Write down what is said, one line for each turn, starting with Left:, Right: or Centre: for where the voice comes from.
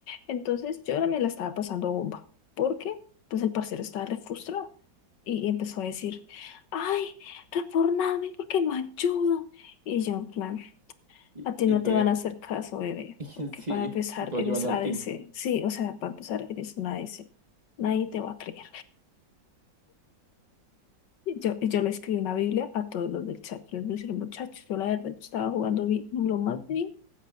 Left: Entonces, yo ahora me la estaba pasando bomba. Porque, pues, el parcero estaba re frustrado. Y empezó a decir, ay, reformame porque no ayudo. Y yo, en plan,
Right: Y,
Left: a ti
Right: y
Left: no
Right: tú,
Left: te
Right: eh,
Left: van a hacer caso, bebé.
Right: <laughs>
Left: Porque
Right: sí,
Left: para empezar,
Right: y tú
Left: eres
Right: ayudando
Left: a
Right: al
Left: ADC.
Right: team.
Left: Sí, o sea, para empezar, eres una ADC. Nadie te va a creer. Yo, yo le escribí una Biblia a todos los del chat. Yo les dije, muchachos, yo la verdad yo estaba jugando bi- lo más bien